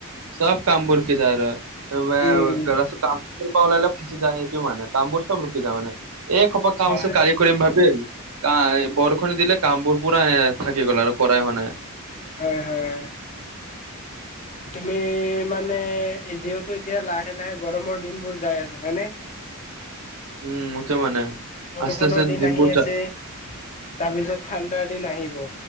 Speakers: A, on the right; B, on the left.
A: চব কাম বোৰ ৰখি যায় আৰু। গো
B: উম
A: <unintelligible> মানে‌ প ওলালে ফাঁচি যায় সেইটো মানে, কামবোৰ চব ৰখি যায় মানে একসোপা কাম
B: হয়
A: আছিল কালি। কৰিম ভাবি কা এ বৰষুণ দিলে কামবোৰ পূৰাই থাকি গ'ল আৰু কৰাই হোৱা নাই।
B: হয় হয়।
A: <unintelligible>
B: তুমি মানে যিহেতু এতিয়া লাহে লাহে গৰমৰ দিন বোৰ যাই আছে হয় নে।
A: উম হৈছে মানে।
B: বৰষুণৰ
A: আস্তে আস্তে
B: দিন
A: দিনবোৰ
B: আহি আছে তাৰপিছত ঠাণ্ডাৰ দিন আহিব।